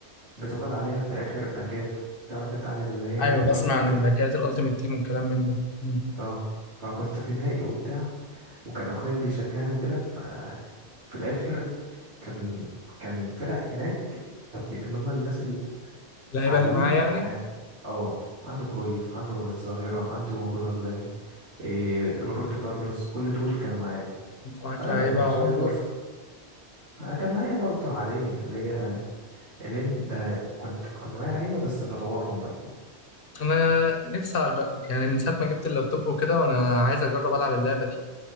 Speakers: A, on the right; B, on the left.
A: بتاخد عليها في الآخر باكات تعرف انت عن اللي هي
B: ايوه
A: الألتيمت
B: بسمع عن
A: تيم
B: الباكات الالتيميت تيم والكلام من ده امم.
A: اه فكنت في نهائي وبتاع وكان أخويا بيشجعني وكده ففي الآخر كان كان الفرق هناك طب اللي هم الناس
B: اللعيبه
A: علين
B: اللي معايا يعني
A: حاس... اه عنده كرويف عنده الظاهرة عنده رونالد إيه روبرتو كارلوس كل دول كانوا معايا
B: انت معاك
A: فلا
B: لعيبه
A: انا ما كانش
B: على
A: عندي
B: الله
A: فرصة كان معايا برضه عادية اللي هي اللي إن- ده كنت كنت معايا لعيبة بس بطورهم بقى
B: انا نفسي أج... يعني من ساعه ما جبت اللابتوب وكده وانا عايز اجرب العب اللعبه دي